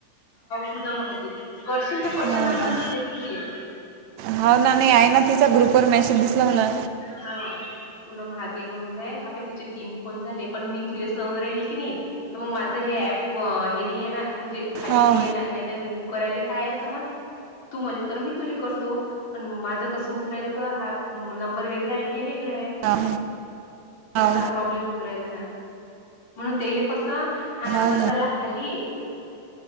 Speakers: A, on the left (about 55°); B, on the right (about 70°).
A: पुनम महागे करशील तर कोणचा
B: हा
A: नंबर
B: काय
A: मी देते तुले.
B: हो ना नाही आहे ना तिचा ग्रुपर मेसेज दिसला मला.
A: हा पुनम हागे म्हणूनय हा पाय तिचे तीन फोन झाले पण मी तुलेच लावून राहिली. किनी तर म माझं हे ऍप हे नाही ये ना म्हणजे खाली
B: हा
A: नाही ये ना नाहीत करायले काय आहे समज तू मले कर मी तुले करतो पण माझ कसं होऊन राहिलं ग हा नं बर वेगडाय नि हे वेगळाय
B: हा हा
A: तसा प्रॉब्लेम होऊन राहिला ना. म्हणून तेले कस हा नंबर
B: हो ना
A: चाल्ला खाली.